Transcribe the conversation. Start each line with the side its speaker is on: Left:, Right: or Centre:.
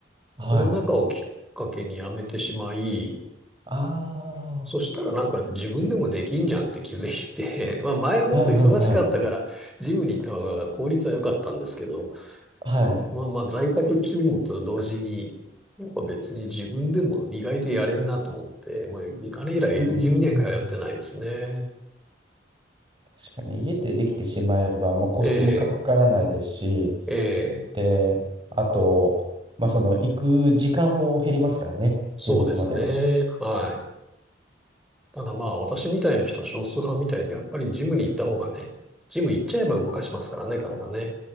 Right: はい。
Centre: コロナ禍をきっかけにやめてしまい、
Right: あ
Centre: そしたらなんか自分でもできんじゃんって気づいて、<laughs> まあ前もっと忙しかったから、
Right: あ、はいは
Centre: ジムに行った方が効率は良かったんですけど、
Right: いはい。はい。
Centre: まあまあ在宅勤務と同時に、なんか別に自分でも意外とやれんなと思って、もうあれ以来ジムには通ってないですね。
Right: うん。確かに、家でできてしまえば、まあ、コストもかからないですし、
Centre: ええ、ええ、
Right: で、あと、まあ、その、行く時間も減りますからね、
Centre: そうですね。
Right: ジム行くまでの。
Centre: はい。ただまあ私みたいな人は少数派みたいで、やっぱりジムに行った方がね、ジム行っちゃえば動かしますからね、体ね。